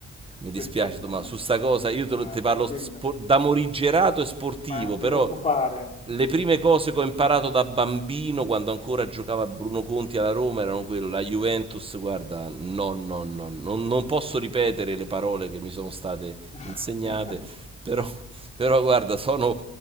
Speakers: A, on the right; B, on the left.
A: Mi dispiace,
B: Sì, sì, <laughs>
A: ma su sta cosa io te, lo-
B: ah,
A: te parlo
B: tranquillo,
A: spo- da morigerato e sportivo,
B: ma non
A: però
B: ti preoccupare.
A: le prime cose che ho imparato da bambino quando ancora giocava Bruno Conti alla Roma erano quelle, la Juventus, guarda, no, no, no, non, non posso ripetere le parole che mi sono state
B: <laughs>
A: insegnate, però, però guarda, sono